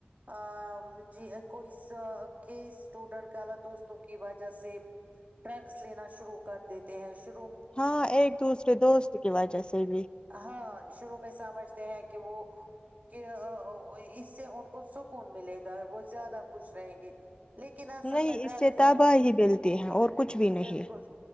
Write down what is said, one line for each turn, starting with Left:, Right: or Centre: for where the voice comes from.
Right: ا ج کوئی ک اسٹوڈینٹ دوستوں کی وجہ سے ڈرگس لینا شروع کر دیتے ہیںو
Left: ہاں ایک دوسرے دوست کی وجہ سے بھی
Right: ہاں سمجھتے ہیں کہ وہ اس سے ان کو سکون ملے گا وہ زیادہ خوش رہیں گے لیکن اصل
Left: نہیں
Right: میں ڈرگس
Left: اس سے تباہی
Right: ان کی
Left: ملتی ہے اور کچھ بھی نہیں
Right: بالکل